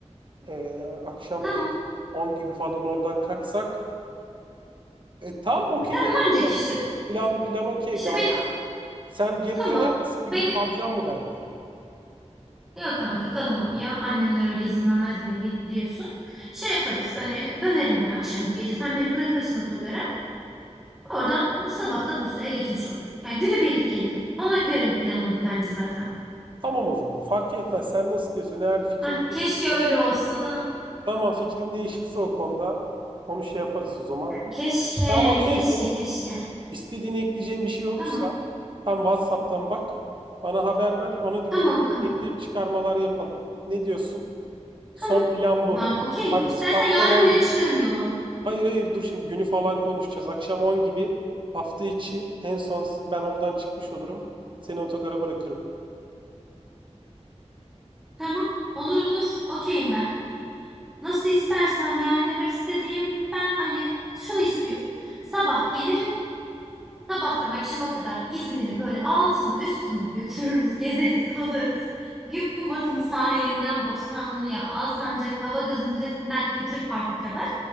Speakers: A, on the right; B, in the centre.
A: Ee, akşam
B: Tamam.
A: da işte 10 gibi falan oradan kalksak. E, tamam okey
B: E, Tamam
A: benim için.
B: ancak işte
A: Plan, plan okey
B: işte
A: gayet.
B: beni
A: Sen geri
B: tamam
A: döner misin? Bir
B: beni
A: gün kalacağım mı bende?
B: yok kanka kalamam ya annemler öyle izin vermez benim biliyorsun şey yaparız hani dönerim ben akşam gece sen beni bırakırsın otogara oradan sabah da Bursa'ya geçmiş olurum yani günübirlik gelirim ona göre bir plan oldu bence zaten
A: Tamam o zaman fark etmez. Sen nasıl diyorsun? Eğer fikir
B: ah,
A: değişir.
B: keşke öyle olsa da
A: Tamam fikrin değişirse o konuda onu şey yaparız o zaman.
B: keşke
A: Tamam okey
B: keşke
A: senin
B: keşke
A: istediğini ekleyeceğin bir şey olursa
B: tamam
A: tam WhatsApp'tan bak. Bana haber ver. Ona da göre
B: tamam kanka
A: ekleyip çıkarmalar yapalım. Ne diyorsun? Son
B: tamam
A: plan bu.
B: ben okeyim
A: Ak
B: istersen
A: akşam
B: yarın
A: 10
B: bile çıkarım yola
A: Hayır hayır dur şimdi günü falan konuşacağız. Akşam 10 gibi hafta içi en son s- ben oradan çıkmış olurum. Seni otogara bırakırım.
B: tamam olur olur okeyim ben Nasıl istersen yani demek istediğim ben hani şunu istiyorum. Sabah gelirim. Sabahtan akşama kadar İzmir'i böyle altını üstünü götürürüz, gezeriz, tozarız. Gün batımı sahilinden Bostanlı'ya, Alsancak Hava Gazı Müzesi'nden Kültür Park'a kadar